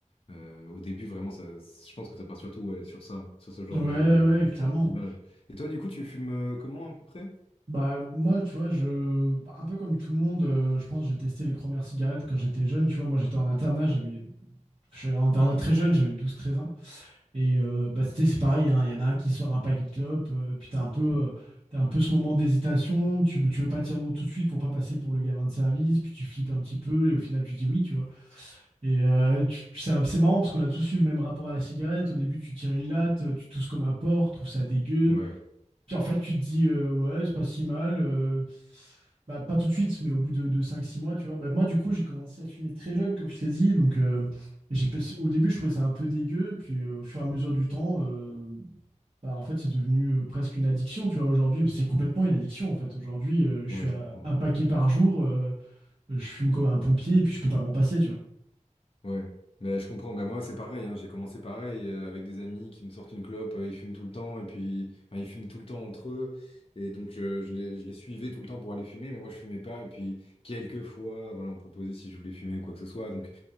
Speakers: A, on the left; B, on the right.
A: Euh, au début, vraiment, ça, je pense que ça part surtout ouais, sur ça, sur ce genre
B: Ouais,
A: de, de,
B: ouais,
A: de choses,
B: clairement.
A: d'image. Et toi, du coup, tu fumes euh, comment à peu près?
B: Bah, moi, tu vois, je, bah, un peu comme tout le monde, euh, je pense, que j'ai testé les premières cigarettes quand j'étais jeune. Tu vois, moi, j'étais en internat, j'avais, je suis allé en internat très jeune, j'avais douze treize ans. Et euh, bah, c'était, c'est pareil, hein, il y en a un qui sort un paquet de clopes, euh, puis t'as un peu, euh, t'as un peu ce moment d'hésitation, tu, tu veux pas dire non tout de suite pour pas passer pour le gamin de service, puis tu flippes un petit peu, et au final, tu dis oui, tu vois. Et euh, tu- c'est un- c'est marrant parce qu'on a tous eu le même rapport à la cigarette. Au début, tu tires une latte, euh, tu tousses comme un porc, trouves ça dégueu.
A: Ouais,
B: Puis en fait, tu te dis, euh, ouais, c'est pas si mal. euh, bah, pas tout de suite, mais au bout de, de 5-6 mois, tu vois. Bah, moi, du coup, j'ai commencé à fumer très jeune, comme je t'ai dit. Donc, euh, j'ai, pas- au début, je trouvais ça un peu dégueu. Puis euh, au fur et à mesure du temps, euh, bah, en fait, c'est devenu euh, presque une addiction, tu vois. Aujourd'hui, c'est complètement une addiction, en fait. Aujourd'hui, euh, je
A: ouais,
B: suis à
A: je comprends.
B: un paquet par jour. euh, je fume comme un pompier et puis je peux pas m'en passer, tu vois.
A: Ouais, mais je comprends. Ben moi, c'est pareil. hein, J'ai commencé pareil euh, avec des amis qui me sortent une clope. euh, ils fument tout le temps et puis, enfin, ils fument tout le temps entre eux. Et donc, euh, je les, je les suivais tout le temps pour aller fumer, mais moi, je fumais pas. Et puis, quelques fois, voilà, on me proposait si je voulais fumer ou quoi que ce soit. Donc,